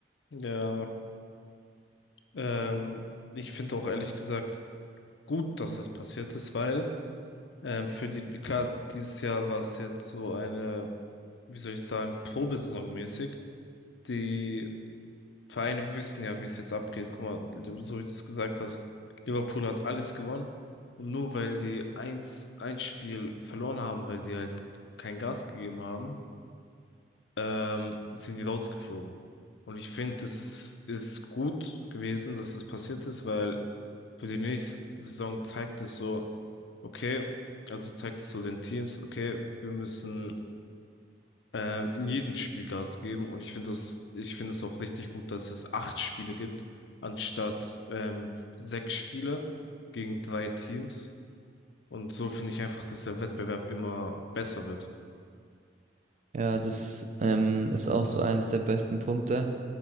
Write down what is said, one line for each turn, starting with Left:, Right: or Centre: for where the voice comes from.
Left: ja, ähm, ich finde auch ehrlich gesagt gut, dass es passiert ist, weil ähm, für die, klar, dieses Jahr war es jetzt so eine, wie soll ich sagen, Probesaison mäßig, die Vereine wissen ja, wie es jetzt abgeht. Guck mal, du- so wie du es gesagt hast, Liverpool hat alles gewonnen. Und nur weil die eins, ein Spiel verloren haben, weil die halt kein Gas gegeben haben, ähm, sind die rausgeflogen. Und ich finde, es ist gut gewesen, dass das passiert ist, weil für die nächste Saison zeigt es so, okay, also zeigt es so den Teams, okay, wir müssen ähm, in jedem Spiel Gas geben. Und ich finde das, ich finde es auch richtig gut, dass es acht Spiele gibt, anstatt ähm, sechs Spiele gegen drei Teams. Und so finde ich einfach, dass der Wettbewerb immer besser wird.
Right: Ja, das ähm, ist auch so eins der besten Punkte.